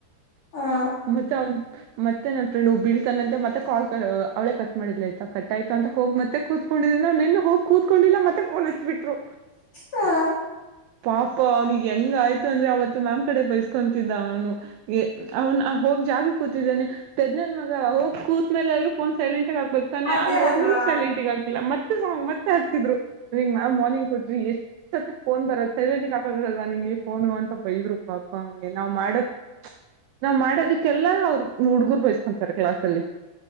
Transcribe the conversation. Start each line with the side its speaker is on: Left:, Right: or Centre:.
Left: ಹಾ
Right: ಮತ್ತೆ ಅವ ಮತ್ತೆ ನನ್ ಫ್ರೆಂಡ್ ಹೋಗ ಬೀಳ್ತಾನಂತೆ ಮತ್ತೆ ಕಾಲ್ ಅವಳೇ ಕಟ್ ಮಾಡಿದ್ ಆಯತ ಕಟ್ ಆಯ್ತ ಅಂತ ಹೋಗಿ ಮತ್ತೆ ಕೂತ್ಕೊಂಡಿದಾನೆ ಅವ ನಿನ್ನ ಹೋಗಿ ಕೂತ್ಕೊಂಡಿಲ್ಲ ಮತ್ತೆ ಫೋನ್ ಹತ್ಬಿಟ್ರು
Left: ಹಾ
Right: ಪಾಪ ಅವ್ನಿಗೆ ಹೆಂಗ ಆಯ್ತು ಅಂದ್ರೆ ಅವತ್ತು ಮ್ಯಾಮ್ ಕಡೆ ಬೈಸ್ಕೊತಿದ್ದ ಅವನು ಅವ್ನು ಹೋಗಿ ಜಾಗ ಕೂತಿದ್ದಾನೆ ಪದ್ನನ್ ಮಗ ಅವೋಗ ಕೂತ್ ಮೇಲೆ ಆದ್ರೂ ಫೋನ್ ಸೈಲೆಂಟ್ ಆಗ್ತಾನೆ
Left: ಅದೇ
Right: ಅಲ್ಲಿ ಹದ್ಮೇೂ
Left: ಅಲ್ವಾ
Right: ಸೈಲೆಂಟಗ ಆಗಿಲ್ಲ ಮತ್ತೆ ಂಗ್ ಮತ್ತೆ ಹಚ್ಚಿದ್ರು ಮ್ಯ್ಾರ್ನಿಂಗ್ ಕೊಟ್ಟ ಎಷ್ಟ ಸತಿ ಫೋನ್ ಬರೋದು ಸೈಲೆಂಟ್ ಹಾಕದಲ್ವಾ ನಿಂಗೆ ಫೋನು ಅಂತ ಬೈವರು ಪಾಪ ಗೆ ನಾವ್ ಮಾಡ ನಾವ್ ಮಾಡೋದಕ್ಕೆಲ್ಲಾ ಅವರು ನೀವ್ ಹುಡುಗೂರು ಬೈಸಿಕೊಂತರೆ ಕ್ಲಾಸ್ ಅಲ್ಲಿ.